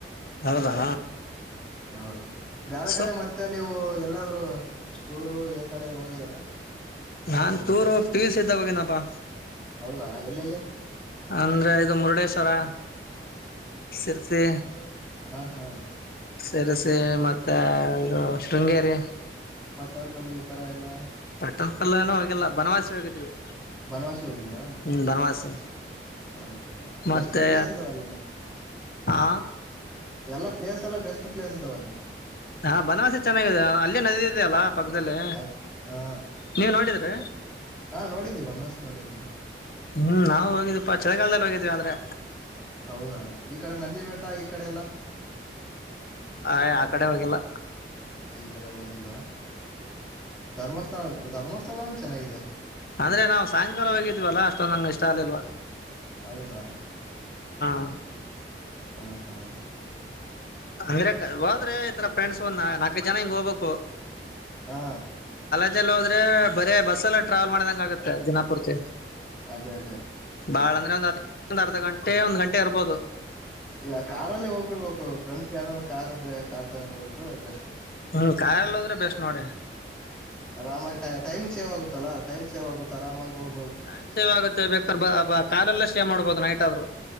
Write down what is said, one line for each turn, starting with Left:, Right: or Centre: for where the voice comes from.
Left: ಹೌದಾ
Centre: ಹೌದು ಬೇರೆ
Left: ಸೊ
Centre: ಕಡೆ ಮತ್ತೆ ನೀವು ಎಲ್ಲಾದ್ರೂ ಸ್ಟೂರು ಯ ಕಡೆ್ರರು ಹೋಗಿದ್ರ Karnataka
Left: ನಾನ್ tour P U C ಇದ್ದಾಗ ಹೋಗಿನಪ್ಪಾ
Centre: ಹೌದಾ ಎಲ್ಲೆಲ್ಲಿ
Left: ಅಂದ್ರೆ ಇದು ಮುರುಡೇಶ್ವರ ಸಿರ್ಸಿ
Centre: ಹಾ ಹಾ
Left: ಸೇರಸಿ ಮತ್ತೆ ಇದು ಶೃಂಗೇರಿ
Centre: ಪಟ್ಟದ ಕಲ್ಲು ಈ ತರ ಎಲ್ಲ
Left: ಕಟ ಕಲ್ಲನೂ ಹೋಗಲ್ಲ ಬನವಾಸಿ ಹೋಗಿದ್ವಿ
Centre: ಬನವಾಸಿ ಹೋಗಿದೀರಾ
Left: ಹ್ಮ್ ಬನವಾಸಿ
Centre: ಹ ಬೆಸ್ಟ್
Left: ಮತ್ತೆ
Centre: ಪ್ಲೇಸ್ ಇದಾವಲ್ಲ
Left: ಆ
Centre: ಎಲ್ಲ ಪ್ಲೇಸ್ ಎಲ್ಲ ಬೆಸ್ಟ್ ಪ್ಲೇಸ್ ಇದಾವ ಅಲ್ಲಿ
Left: ಹಾ ಬನವಾಸೆ ಚೆನ್ನಾಗಾಗಿದೆ ಅಲ್ಲೇ ನದದ ಇದೆಯಲ್ಲಾ ಪಕ್ಕದಲ್ಲಿ
Centre: ಅದ್ ಹಾ
Left: ನೀವ ನೋಡಿದ್ರ
Centre: ಹಾ ನೋಡಿದೀವಿ ವನವಾಸಿ ನೋಡಿದೀನಿ
Left: ಹ್ಮ <inaudible> ನಾ ಹೋಗ ಚಳಗಾಲದಲ್ಲಿ ಹೋಗಿದ್ವಿ ಆದಂದ್ರೆ
Centre: ಹೌದಾ ಈ ಕಡೆ ನಂದಿ ಬೆಟ್ಟ ಈ ಕಡೆ ಎಲ್ಲ
Left: ಆಯ್ ಆ ಕಡೆ ಹೋಗಲ್ಲ
Centre: ಈ ಕಡೆ ಬಂದಿಲ್ವಾ ಧರ್ಮಸ್ಥಳ ಧರ್ಮಸ್ಥಳ ಚೆನ್ನಾಗಿದೆ
Left: ಅಂದ್ರೆ ನಾವು ಸಾಯಂಕಾಲ ಹೋಗಿದ್ವಲ್ಲ ಅಷ್ಟೊ ನಂಗ ಇಷ್ಟ ಆಗ್ಲ್ವ
Centre: ಹೌದಾ
Left: ಹ
Centre: ಹಾ ಹಾ
Left: ಅರ ಹೋದ್ರೆತರ ಫ್ರೆಂಡ್ಸ್ ಒಂದ್ ನಾಲ್ಕು ಜನ ಹಿಂಗ್ ಹೋಗ್ಬೇಕು
Centre: ಹಾ
Left: ಲ್ಲ ಹೋದ್ರೆ ಬೇ ಬಸ್ ಎಲ್ಲ ಟ್ರಾವೆಲ್ ಮಾಡದಂಗ ಆಗುತ್ತೆ ದಿನಾಪುರ್ಕ್ಕೆ
Centre: ಅದೇ ಅದೇ
Left: ಬಾಳ ಅಂದ್ರೆ ಒಂದ ಒಂದ ಅರ್ಧ ಗಂಟೆ ಒಂದ್ ಗಂಟೆ ಇರ್ಬೋದು
Centre: ಈಗ ಕಾರಾರ್ಲ್ಲೇ ಹೋಗ್ಬಿಡ್ಬೇಕು ಫ್ರೆಂಡ್ ಯಾವ್ದಾದಾರರು ಕಾರ್ ಇದ್ರೆ ಕಾರ್ ತಗೊಂಡ್ ಹೋಗ್ಬಿಟ್ರೆ ಬೆಸ್ಟ್
Left: ಹ್ಮ್ ಕಾಯಲ್ಲ ಹದ್ರೆ ಬೆಸ್ಟ್ ನೋಡ
Centre: ಆರಾಮಾಗಿ ಟೈಮ್ ಸೇವ್ ಆಗುತ್ತಲ್ಲಾ ಟೈಮ್ ಸೇವ್ ಆಗುತ್ತಾ ಆರಾಮಾಗಿ ಹೋಗ
Left: ಟೈಮ್ ಸೇವ್ ಆಗುತ್ತೆ ಬೇಕ್ರ ಬ ಕೆಲ್ಲ ಸೇವ್ ಮಾಡ್ಬೋದು ನೈಟ್ ಆದ್ರು